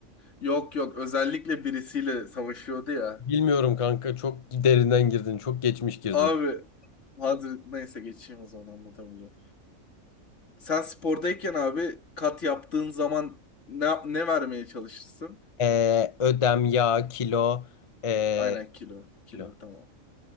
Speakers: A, on the left; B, on the left.
A: Yok yok özellikle birisiyle savaşıyordu ya.
B: Bilmiyorum kanka çok derinden girdin. Çok geçmiş girdin.
A: Abi Hazret neyse geçeyim o zaman anlatamayacağım. Sen spordayken abi kat yaptığın zaman ne, ne vermeye çalışırsın?
B: Ee, ödem, yağ, kilo. ee,
A: Aynen kilo. Kilo
B: kilo.
A: tamam.